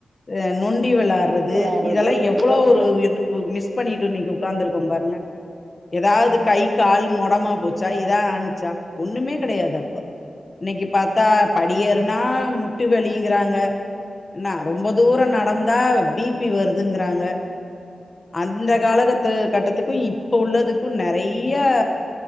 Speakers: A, on the left (about 40°); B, on the right (about 40°).
A: அ நொண்டி வெளாடு றது
B: வெளாட்றது
A: இதெல்லா எவ்ளோ
B: இதெல்லா
A: ஒரு
B: எவ்ளோ
A: மிஸ் பண்ணிட்டு நீங்க உக்காந்து இருக்கோ பாருங்க ஏதாவது கை கால் மொடமா போச்சா ஏதா ஆணுச்சா ஒண்ணுமே கடையாது அப்ப இன்னைக்கு பாத்தா படியேறுனா முட்டி வலிங்கிறாங்க என்ன ரொம்ப தூரோ நடந்தா பி பி வருதுங்குறாங்க அந்த காலகத்து கட்டத்துக்கு இப்ப உள்ளதுக்கு நறைய